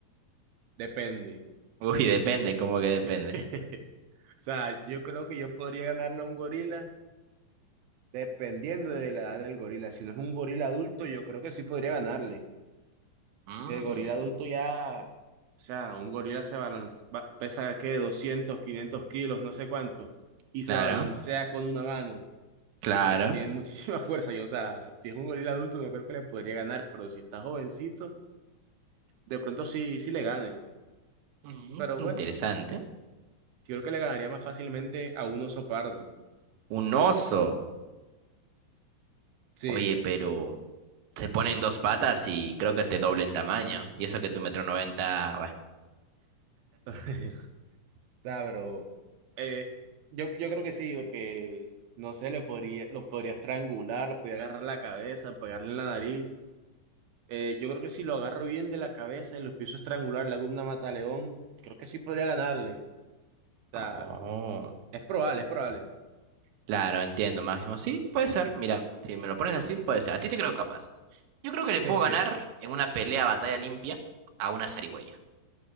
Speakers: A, on the right; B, on the right.
A: depende.
B: <laughs> Uy, depende, ¿cómo que depende?
A: <laughs> O sea, yo creo que yo podría ganarle a un gorila dependiendo de la edad del gorila. Si no es un gorila adulto, yo creo que sí podría ganarle.
B: Mm,
A: que el gorila adulto ya, O sea, un gorila se balancea, pesa que 200 500 kilos, no sé cuánto, y
B: claro,
A: se balancea con una mano.
B: claro.
A: Ti- Tiene muchísima <laughs> fuerza. Yo, o sea, si es un gorila adulto, no creo que le podría ganar, pero si está jovencito, de pronto sí, sí le gane.
B: Mm,
A: Pero
B: interesante.
A: bueno, yo creo que le ganaría más fácilmente a un oso pardo.
B: Un oso.
A: Sí,
B: Oye, pero se ponen dos patas y creo que te doble en tamaño. Y eso que tu metro noventa, bueno.
A: <laughs> o sea, pero eh, yo, yo creo que sí, porque no sé, le podría, lo podría estrangular, lo podría agarrar la cabeza, pegarle en la nariz. Eh, yo creo que si lo agarro bien de la cabeza y lo empiezo a estrangular, la gumna mata a León, creo que sí podría ganarle. O sea,
B: Oh.
A: es probable, es probable.
B: Claro, entiendo, Máximo. Sí, puede ser. Mira, si me lo pones así, puede ser. A ti te creo capaz. Yo creo que
A: <laughs>
B: le puedo ganar en una pelea batalla limpia a una zarigüeya.